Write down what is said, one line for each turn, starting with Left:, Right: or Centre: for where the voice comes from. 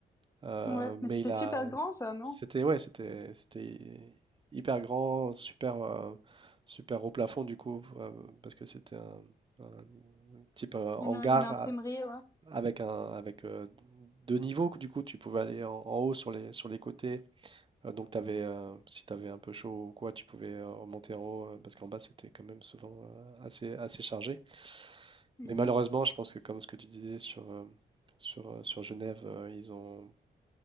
Right: Euh,
Left: ouais.
Right: mais
Left: Mais c'était
Right: il a.
Left: super grand ça, non?
Right: C'était, ouais, c'était, c'était hyper grand, super, euh, super haut plafond, du coup, euh, parce que c'était un, un type euh, hangar
Left: Une une imprimerie,
Right: a-
Left: ouais.
Right: avec, un, avec euh, deux niveaux. Du coup, tu pouvais aller en, en haut sur les, sur les côtés Euh, donc t'avais, euh, si tu avais un peu chaud ou quoi, tu pouvais euh, remonter en haut, euh, parce qu'en bas c'était quand même souvent euh, assez, assez chargé.
Left: Ouais.
Right: Mais malheureusement, je pense que comme ce que tu disais sur, euh, sur, euh, sur Genève, euh, ils ont,